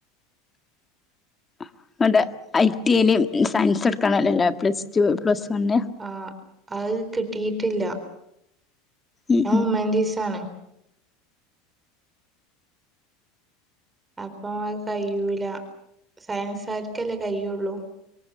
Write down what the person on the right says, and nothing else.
ആഹ് അത് കിട്ടിയിട്ടില്ല
ഞാൻ ഹ്യൂമാൻറ്റീസാണ് അപ്പൊ അത് കഴ്യൂല സയൻസാരിക്കല്ലേ കയ്യുള്ളൂ